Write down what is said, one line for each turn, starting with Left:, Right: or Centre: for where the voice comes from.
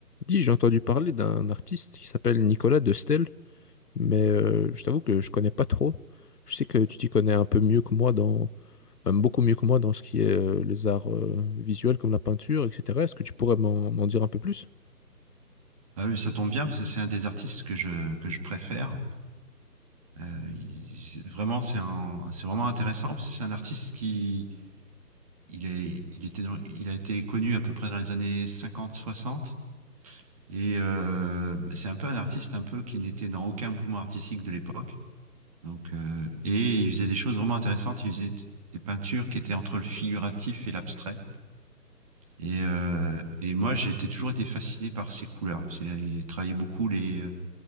Left: Dis, j'ai entendu parler d'un artiste qui s'appelle Nicolas de Stel, mais euh, je t'avoue que je connais pas trop. Je sais que tu t'y connais un peu mieux que moi dans, même beaucoup mieux que moi dans ce qui est euh, les arts euh, visuels comme la peinture, etc. Est-ce que tu pourrais m'en m'en dire un peu plus?
Right: Ah oui, ça tombe bien parce que c'est un des artistes que je, que je préfère. Euh, il- vraiment, c'est un, c'est vraiment intéressant parce que c'est un artiste qui, il est, il était dans- il a été connu à peu près dans les années cinquante soixante et euh, c'est un peu un artiste un peu qui n'était dans aucun mouvement artistique de l'époque. Donc, euh, et il faisait des choses vraiment intéressantes. Il faisait des peintures qui étaient entre le figuratif et l'abstrait. Et, euh, et moi, j'ai été- toujours été fasciné par ses couleurs. parce qu'il a- Il a travaillé beaucoup les euh,